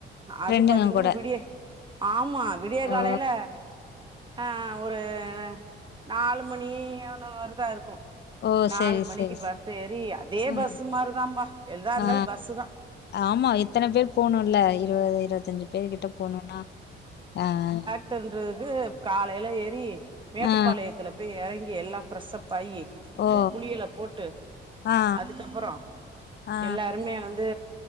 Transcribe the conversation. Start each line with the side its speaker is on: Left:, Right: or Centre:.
Left: ஃப்ரெண்டுங்க
Right: அது பாத்தீங்னா
Left: கூட
Right: விடிய ஆமா விடிய
Left: ஓ
Right: காலேல ஆ ஒரு ந நாலு மணி ஆன மாருதா இருக்கு
Left: ஓ
Right: நாலு
Left: செரி
Right: மணிக்கு
Left: செரி
Right: பஸ்
Left: செரி
Right: ஏறி அதே
Left: ம்
Right: பஸ்ஸு மாரிதாம்பா எதா இருந்தாலு
Left: ஆ
Right: பஸ்ஸு தா
Left: ஆமா இத்தன பேர் போணுல இருவது இருவத்தஞ்சு பேரு கிட்ட போணுனா அ அ அ
Right: தன்ட்ரூக்கு காலேல ஏறி மேட்டுபாளையத்துல
Left: ஆ
Right: பேய் எறங்கி எல்லா ஃப்ரெஷ் அப் ஆயி
Left: ஓ
Right: ஒரு குளியல போட்டு
Left: ஆ
Right: அதுக்கப்புறோ
Left: ஆ
Right: எல்லாருமே அங்கந் து